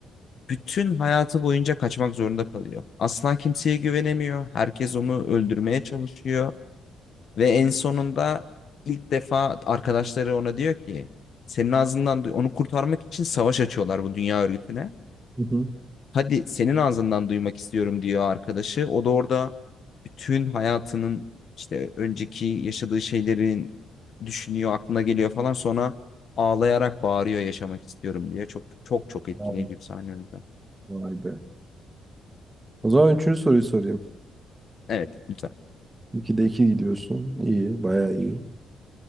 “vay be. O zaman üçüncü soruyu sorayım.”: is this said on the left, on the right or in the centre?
Right